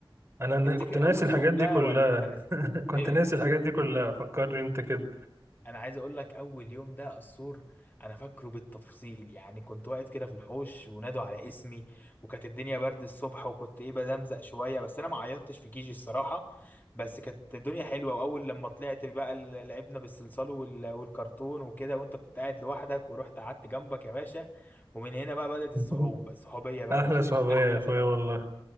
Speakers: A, on the right; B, on the left.
A: انا نا-
B: تفتكر
A: كنت ناسي
B: اول
A: الحاجات
B: يوم
A: دي
B: ده
A: كلها
B: ولا انت ناسي
A: <laughs> كنت
B: ايه
A: ناسي الحاجات دي كلها فكرني انت كده
B: انا عايز اقول لك اول يوم ده السور انا فاكره بالتفصيل يعني كنت واقف كده في الحوش ونادوا على اسمي وكانت الدنيا برد الصبح وكنت ايه بزمزق شويه بس انا ما عيطتش في كيجي الصراحه بس كانت الدنيا حلوه واول لما طلعت بقى ال- لعبنا بالصلصال وال- والكرتون وكده وانت كنت قاعد لوحدك ورحت قعدت جنبك يا باشا ومن هنا بقى بدأت
A: <laughs>
B: الصحوب الصحوبيه بقى
A: احلى
B: يا باشا
A: صحوبية
B: كانت احلى
A: يا اخويا
B: سنه
A: والله